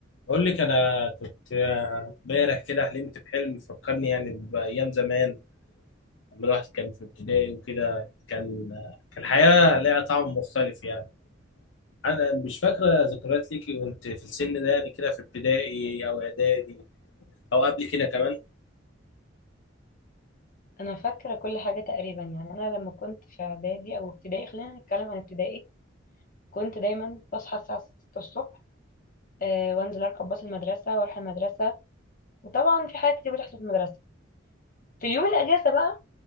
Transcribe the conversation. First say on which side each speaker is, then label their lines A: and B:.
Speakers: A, on the left; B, on the left.
A: بقول لك انا كنت امبارح كده حلمت بحلم فكرني يعني بايام زمان لما الواحد كان في ابتدائي وكده كان كان الحياه ليها طعم مختلف يعني انا مش فاكره ذكريات ليكي وانت في السن ده يعني كده في ابتدائي او اعدادي او قبل كده كمان
B: انا فاكره كل حاجه تقريبا يعني انا لما كنت في اعدادي او ابتدائي خلينا نتكلم عن ابتدائي كنت دايما بصحى الساعه 6 الصبح آه، وانزل اركب باص المدرسه واروح المدرسه وطبعا في حاجات كتير بتحصل في المدرسه في اليوم الاجازه بقى